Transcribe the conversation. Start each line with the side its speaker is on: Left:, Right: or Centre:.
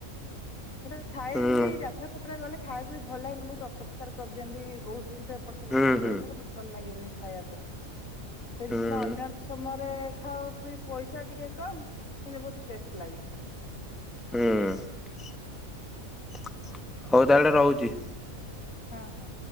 Left: ସେଟା ଥାଏ
Centre: ହୁଁ
Left: ଏମତି ଯାତ୍ରା ଫତ୍ରା ଗଲେ ଖାଇବାକୁ ବି ଭଲ ଲାଗେନି ବହୁତ ଅପରିଷ୍କାର କରିଦିଅନ୍ତି ବହୁତ ଜିନିଷ ଏପଟ ସେପଟ
Centre: ହୁଁ
Left: କରିଦିଅନ୍ତି
Centre: ହୁଁ
Left: ବୋଲେ ଭଲ ଲାଗେନି ଖାଇବା ପାଇଁ। ସେ
Centre: ହୁଁ
Left: ଜିନିଷଟା ଅନ୍ୟ ସମୟରେ ରେ ଖାଅ ପି ପଇସା ଟିକେ କମ କିନ୍ତୁ ବହୁତ ଟେଷ୍ଟ ଲାଗେ।
Centre: ହୁଁ ହୋଉ ତାହେଲେ ରହୁଛି।
Left: ହଁ ହଁ।